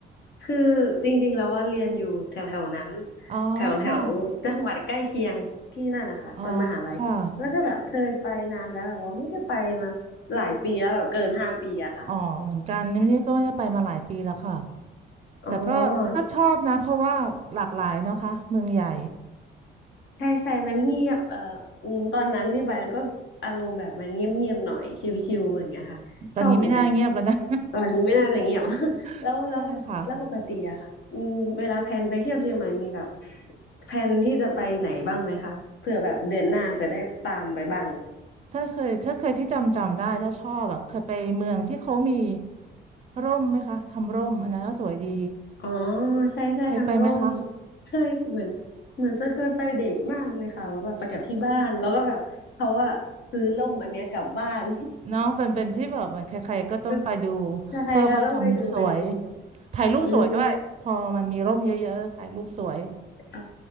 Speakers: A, on the left (about 65°); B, on the right (about 35°).
A: คือจริงๆแล้วว่าเรียนอยู่แถวแถวนั้น
B: อ๋อค่ะ
A: แถวแถวจังหวัดใกล้เคียงที่นั่นนะคะตอนมหาลัยแล้วก็แบบเคยไปนานแล้วแต่ว่าไม่ได้ไปมาหลายปีแล้วแบบเกินห้าปีอะค่ะ
B: อ๋อค่ะอ๋อเหมือนกันนี่ก็ไม่ได้ไปมาหลายปีแล้วค่ะ
A: อ๋อ
B: แต่ก็ก็ชอบนะเพราะว่าหลากหลายเนาะค่ะเมืองใหญ่
A: ใช่ใช่มันเงียบเอ่ออืมตอนนั้นที่ไปมันก็อารมณ์แบบมันเงียบเงียบหน่อยชิวๆอย่างเงี้ยค่ะชอบเหมือนกัน
B: ตอนนี้ไม่น่าเงียบแล้วนะ
A: ตอนนี้ไม่น่าจะเงียบ <laughs>
B: <laughs>
A: แล้วแล้วแล้วปกติอะค่ะอืมเวลาแพลนไปเที่ยวเชียงใหม่มีแบบ
B: ใช่ค่ะ
A: แพลนที่จะไปไหนบ้างไหมคะเผื่อแบบเดือนหน้าจะได้ตามไปบ้าง
B: ถ้าเคยถ้าเคยที่จำจำได้ถ้าชอบอะเคยไปเมืองที่เขามีร่มไหมคะทำร่มอันนั้นก็สวยดี
A: อ๋อใช่ใช่ทำร่ม
B: เคยไปไหมคะ
A: เคยเหมือนเหมือนจะเคยไปเด็กมากเลยค่ะแล้วแบบไปกับที่บ้านแล้วก็แบบเขาว่าซื้อร่มอันเนี้ยกลับบ้าน
B: เนาะเป็นเป็นที่แบบเหมือนใครๆก็ต้องไปดู
A: <laughs> ใช่ก็ต้องไปดูไปซื้อ
B: เพื่อเขาทำสวยถ่ายรูปสวยด้วยพอมันมีร่มเยอะๆถ่ายรูปสวย
A: อืมอ๋อ